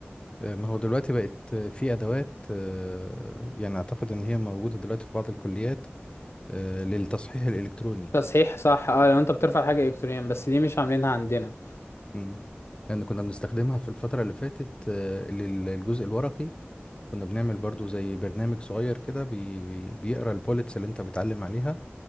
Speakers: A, on the left; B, on the left.
A: آه، ما هو دلوقتي بقت في أدوات آه، يعني أعتقد إن هي موجودة دلوقتي في بعض الكليات آه، للتصحيح الإلكتروني
B: تصحيح صح اه لو انت بترفع حاجة الكترونيا بس دي مش عاملينها عندنا
A: مم. لأن كنا بنستخدمها في الفترة اللي فاتت آه، لل- للجزء الورقي كنا بنعمل برضو زي برنامج صغير كده بي بي بيقرأ البوليتس اللي أنت بتعلم عليها